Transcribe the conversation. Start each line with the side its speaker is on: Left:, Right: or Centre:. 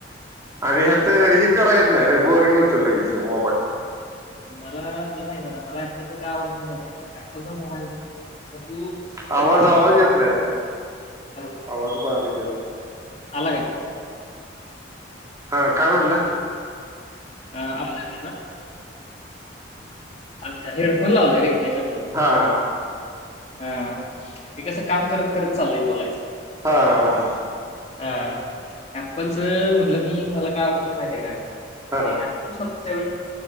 Right: आणि
Left: ऍपलचं
Right: हता
Left: का काय?
Right: हे करा येत नाही रे बोरिंग होत लगेच मोबाईल.
Left: मला तुला सांगित ना मला ऍपपलच काय आवडत नाय अँपलचा मोबाईल तू सेव्हन्टी
Right: आवाज आवाज येत नाही रे
Left: हॅलो
Right: आवाज बारीक यायला.
Left: आला काय.
Right: हा काय म्हटल,
Left: अं, आवाज येतोय अच्छा हेडफोन लावलाय रे त्याच्यामुूळे.
Right: हा
Left: हा, हे कस काम करत करत चाललय बोलायच.
Right: हा हा हा..
Left: हा ऍलच म्हणल, मी मला काय आवडत नाही माहिती आहेय का? <unintelligible>
Right: हा
Left: त्या